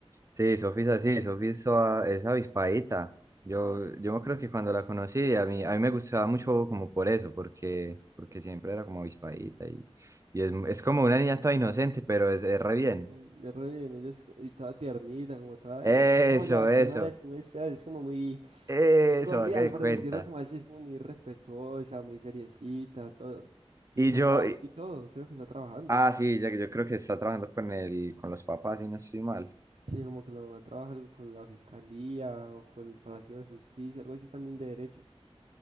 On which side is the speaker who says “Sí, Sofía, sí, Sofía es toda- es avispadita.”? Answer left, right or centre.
Right